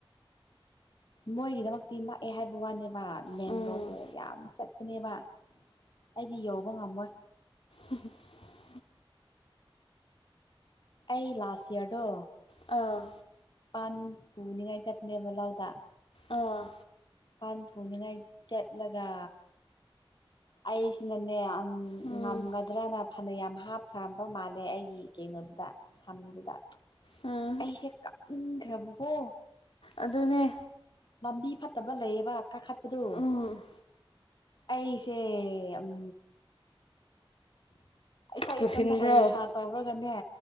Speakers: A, on the left; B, on the left.
A: ꯃꯣꯏꯒꯤꯗꯃꯛꯇꯤ ꯅꯥꯛꯑꯦ ꯍꯥꯏꯕ ꯋꯥꯅꯦꯕ ꯃꯦꯟ
B: ꯎꯝ
A: ꯔꯣꯗ ꯑꯣꯏ ꯌꯥꯝ ꯆꯠꯄꯅꯦꯕ ꯑꯩꯗꯤ ꯌꯧꯕ ꯉꯝꯃꯣꯏ
B: ꯎꯝ
A: ꯑꯩ ꯂꯥꯁ ꯏꯌꯥꯔꯗꯣ
B: ꯑꯥ
A: ꯄꯥꯟ ꯄꯨꯅꯤꯡꯉꯥꯏ ꯆꯞꯅꯦꯕ ꯂꯥꯎꯗ
B: ꯑꯥ
A: ꯄꯥꯟ ꯄꯨꯅꯤꯡꯉꯥꯏ ꯆꯠꯂꯒ ꯑꯩꯁꯤꯅꯅꯦ
B: ꯎꯝ
A: ꯉꯝꯒꯗ꯭ꯔꯅ ꯐꯅ ꯌꯥꯝ ꯍꯥꯞꯈ꯭ꯔꯕ ꯃꯥꯜꯂꯦ ꯑꯩ ꯒꯤ ꯀꯩꯅꯣꯗꯨꯗ ꯁꯝꯗꯨꯗ
B: ꯎꯝ
A: ꯑꯩꯁꯦ ꯀꯥꯞꯅꯤꯡꯈ꯭ꯔꯕꯀꯣ
B: ꯑꯗꯨꯅꯦ
A: ꯂꯝꯕꯤ ꯐꯠꯇꯕ ꯂꯩꯌꯦꯕ ꯀꯥꯈꯠꯄꯗꯨ
B: ꯎꯝ
A: ꯑꯩꯁꯦ ꯎꯝ ꯑꯩꯥ
B: ꯇꯨꯁꯤꯟꯕ꯭ꯔꯣ
A: ꯏꯇꯝꯇ ꯍꯩ ꯍꯥ ꯇꯧꯔꯒꯅꯦ